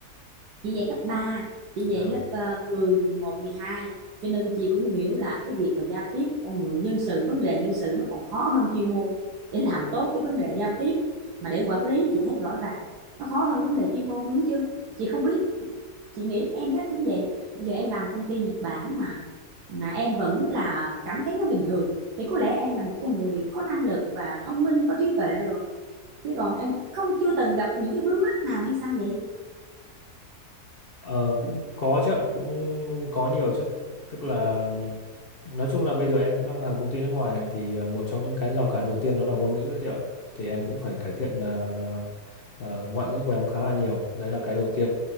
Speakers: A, on the right; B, on the left.
A: chị dạy cấp 3, chị dạy
B: À.
A: lớp uh, mười, mười một, mười hai, cho nên chị cũng hiểu là cái việc mà giao tiếp con người nhân sự vấn đề nhân sự nó còn khó hơn chuyên môn để làm tốt cái vấn đề giao tiếp mà để quản lý chị thấy rõ ràng nó khó hơn vấn đề chuyên môn đúng chưa chị không biết chị nghĩ em chắc cũng vậy bây giờ em làm công ty Nhật Bản mà mà em vẫn là cảm thấy nó bình thường thì có lẽ em là một con người có năng lực và thông minh có trí tuệ rồi chứ còn em không chưa từng gặp những cái vướng mắc nào hay sao vậy
B: Ờ, cũng có chứ ạ, cũng có nhiều chứ. Tức là ừm, nói chung là bây giờ em cũng đang làm công ty nước ngoài này thì ờ, một trong những cái rào cản đầu tiên đó là ngôn ngữ chứ ạ. Thì em cũng phải cải thiện ờ, ờ, ngoại ngữ của em khá là nhiều. Đấy là cái đầu tiên.